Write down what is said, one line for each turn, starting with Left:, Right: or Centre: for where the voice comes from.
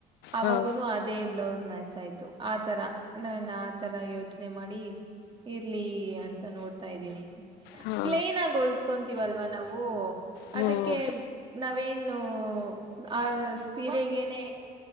Right: ಅವಾಗನು
Left: ಹಾಂ ಹಾಂ ಹಾಂ
Right: ಅದೇ ಬ್ಲೌಸ್ ಮ್ಯಾಚ್ ಆಯ್ತು ಆ ತರ ನಾನು ಆ ತರ ಯೋಚನೆ ಮಾಡಿ ಇರ್ಲಿ ಅಂತ ನೋಡ್ತಾ ಇದ್ದೀನಿ
Left: ಹಾಂ
Right: ಪ್ಲೇನ್ ಆಗಿ ಹೊಲ್ಸ್ಕೊತೀವಲ್ವಾ ನಾವು
Left: ಹಾಂ
Right: ಅದಕ್ಕೆ
Left: ಹೌದು
Right: ನಾವೇನ್ ಇನ್ನು ಆ ಸೀರೆಗನೆೇ